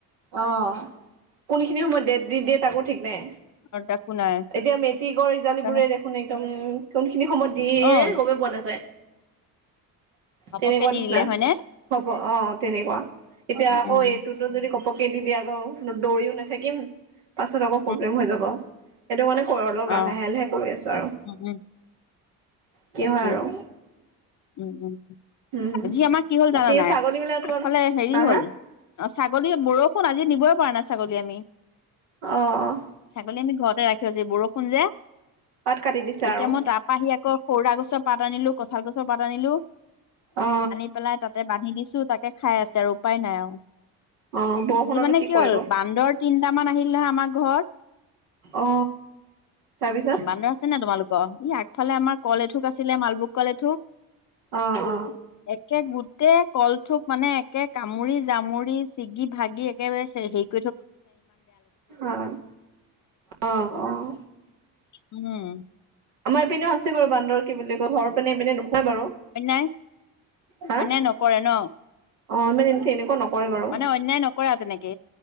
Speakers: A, on the right; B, on the left.
A: অহ' কোনখিনি সময়ত দেত দি দিয়ে তাকো ঠিক নাই,
B: আৰু তাকো নাই
A: এতিয়া মেট্ৰিকৰ ৰিজাল্ট
B: সেইকাৰণে
A: দিব বোৰেই দেখোন একদম, কোন খিনি সময়ত দিয়ে
B: অ
A: গমেই পোৱা নাযায়।
B: ঘপককে
A: তেনেকুৱা
B: দি
A: নিচিনা,
B: দিলে হয়নে
A: খবৰ অ' অ' তেনেকুৱা, এতিয়া
B: উম
A: আকৌ
B: উম
A: এইটোতো যদি ঘপক কে দি দিয়ে আকৌ, দৌ দৌৰিও নাথাকিম। পাছত আকৌ প্ৰব্লেম
B: উম
A: হৈ যাব। এইটো মানে ক'ৰ অলপ লা
B: অ
A: লাহে লাহে কৰি আছোঁ আৰু
B: উম উম
A: কি
B: তাকে
A: হয় আৰু
B: উম, উম।
A: উম।
B: আজি আমাৰ কি হ'ল
A: বাকী
B: জানা নাই
A: ছাগলী বিলাক তোমালোক
B: আগফালে হেৰি
A: হা
B: হ'ল
A: হা
B: অ' ছাগলীৰ বৰষুণ আজি আজি নিবই পাৰা নাই ছাগলী আমি।
A: অহ'
B: ছাগলী আমি ঘৰতে ৰাখি আজি বৰষুণ যে
A: পাত কাটি দিছে
B: এতিয়া
A: আৰু
B: মই তাৰাপা আহি আকৌ খৰুৱা গছ পাত আনিলোঁ, কঁঠাল গছ পাত আনিলোঁ।
A: অ
B: আনি পেলাই তাতে বান্ধি দিছোঁ, তাকে খাই আছে আৰু উপাই নাই আৰু
A: অ বৰষুণনো
B: আজি মানে কি
A: কৰিব
B: হ'ল বান্দৰ তিনটামান আহিল নহয় আমাৰ ঘৰ
A: অ তাৰপিছত
B: বান্দৰ আছে নে তোমালোকৰ ই আগফালে আমাৰ এ তুক আছিলে মালভুক কলে থো
A: অ অ
B: একে গোটেই কল থোপ মানে একে কামুৰি জামুৰি ছিগি ভাগি একে
A: আহ আহ আহ
B: উম
A: আমাৰ এইপিনেও আছে বাৰু বান্দৰ কি বুলি কয় ঘৰ পিনে এইপিনে নোখুৱাই বাৰু
B: অন্যায়
A: হা
B: অন্যায় নকৰে ন
A: অ মানে, নকৰে বাৰু
B: মানে অন্যায় নকৰে আৰু তেনেকে